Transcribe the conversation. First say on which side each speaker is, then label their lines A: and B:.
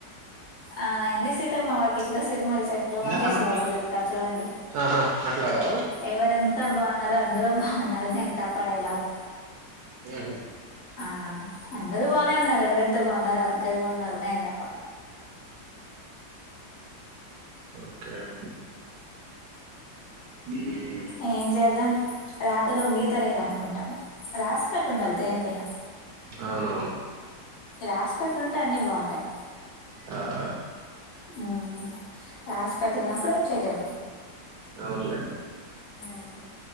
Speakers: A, on the left (about 85°); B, on the right (about 70°).
A: ఆ ఏంది సీతమ్మ వాయక్ ఇట్లా సిరిమల్లె చెట్లు మహేష్
B: ఆ
A: బాబు జేప్తారు చూడండి
B: ఆహా అట్లాగా
A: ఎవరంతా బావున్నారు, అందరూ బావున్నారు నేన్ తప్ప డైలాగ్
B: హుహ్
A: ఆ అందరూ బానే ఉన్నారు ఎవరెంతో బావున్నారో అన్ దేవన్నారు నీన్ దప్ప.
B: ఒకే హు మ్మ్
A: ఏ జేద్దాం రాతలో గీత లేదనుకుంటా రాస్ పెట్టుండాలి దేనికైనా
B: అవునో
A: రాసి పెట్టుంటే అన్ని బావుంటాయ్
B: ఆఆ
A: ఉహ్ రాస్పెట్టలేనపుడు ఏం చేయలేం
B: నవునలే
A: ఎహేహ్